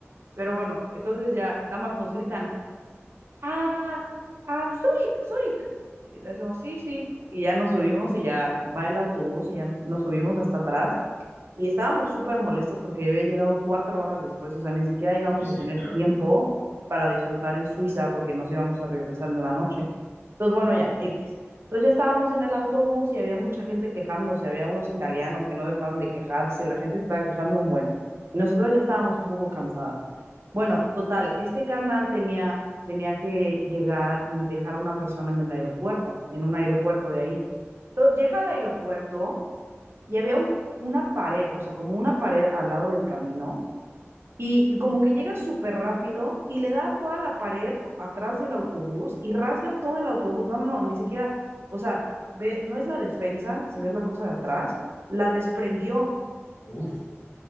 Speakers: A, on the right (about 60°); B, on the left (about 70°).
A: pero bueno, entonces ya nada más nos gritan, ah, ah, Zurich, Zurich, y le hacemos, sí, sí, y ya nos subimos y ya va el autobús y ya nos subimos hasta atrás y estábamos súper molestas porque había llegado cuatro horas después, o sea, ni siquiera íbamos
B: Sí, sí,
A: a tener
B: claro.
A: tiempo para disfrutar en Suiza porque nos íbamos a regresar en la noche. Entonces, bueno, ya, X. Entonces ya estábamos en el autobús y había mucha gente quejándose, había unos italianos que no dejaban de quejarse, la gente se estaba quejando un buen. Y nosotras ya estábamos un poco cansadas. Bueno, total, este carnal tenía, tenía que llegar y dejar a una persona en el aeropuerto, en un aeropuerto de ahí. Entonces llega al aeropuerto y había un, una pared, o sea, como una pared al lado del camino, y, y como que llega súper rápido y le da toda la pared atrás del autobús y rasga todo el autobús. No, no, no, ni siquiera, o sea, ve, no es la defensa, sino es la cosa de atrás. La desprendió
B: Uf.